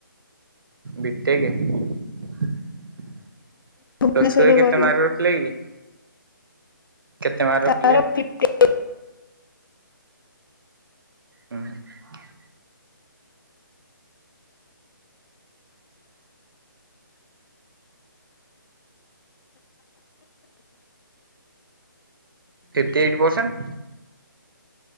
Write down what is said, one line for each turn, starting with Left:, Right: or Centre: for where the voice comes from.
Right: B tech. ପ୍ଲସ
Left: ଭୁବନେଶ୍ୱରରେ
Right: ଟୁ ରେ କେତେ
Left: କରିବ।
Right: ମାର୍କ ରଖିଲେ କି? କେତେ ମାର୍କ
Left: ତାର
Right: ରଖିଲେ?
Left: ଫିଫ୍ଟି
Right: ହୁଁ ହୁଁ। Fifty eight percent.